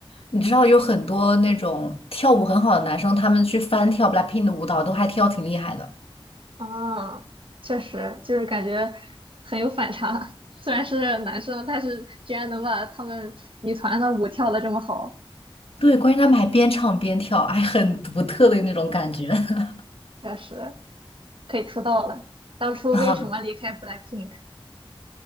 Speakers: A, on the left; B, on the right.
A: 你知道有很多那种跳舞很好的男生，他们去翻跳 BLACKPINK 的舞蹈，都还跳挺厉害的。
B: 啊，确实就是感觉很有反差，虽然是男生，但是居然能把他们女团的舞跳的这么好，
A: 对，关键他们还边唱边跳，还很独特的那种感觉。<laughs>
B: 确实可以出道了。当初为什么离开
A: 啊，
B: BLACKPINK？